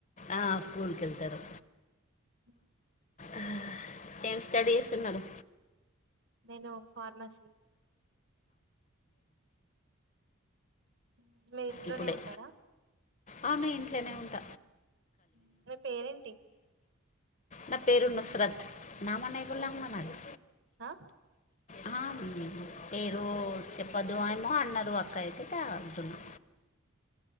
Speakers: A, on the left; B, on the right.
A: ఆ స్కూల్ కెళ్తరు
B: హ్
A: అ హ్ హ్ టేన్ స్టడీ ఏస్తున్నరు
B: నేను ఫార్మసి ఉం మీర్ ఇంట్లోనే
A: ఇప్పుడే
B: ఉంటారా
A: అవును ఇంట్లోనే ఉంట
B: మ్ మీ పేరేంటి
A: నా పేరు నుస్రత్ నామా నయ్ బులాగ్ మనది
B: హ
A: అ అహ్మ్ మీరు చెప్పద్దు ఏమో అన్నారు అక్క అయితే టా అంటున్నా